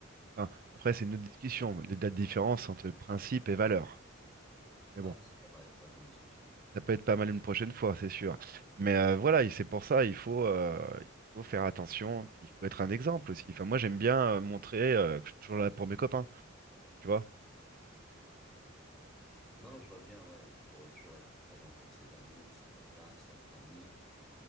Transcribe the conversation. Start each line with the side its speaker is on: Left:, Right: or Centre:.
Right: enfin, après, c'est une autre discussion, les dates différences entre principe et valeurs. Mais bon,
Centre: Ah, ça, c'est pas mal, ouais, comme discussion.
Right: ça peut être pas mal une prochaine fois, c'est sûr. Mais euh, voilà, et c'est pour ça, il faut, euh, il faut faire attention. Puis il faut être un exemple aussi. Enfin, moi, j'aime bien euh, montrer euh, que je suis toujours là pour mes copains, tu vois.
Centre: Non, non, je vois bien, ouais, il faut toujours être présent pour ses amis, ses copains, sa famille.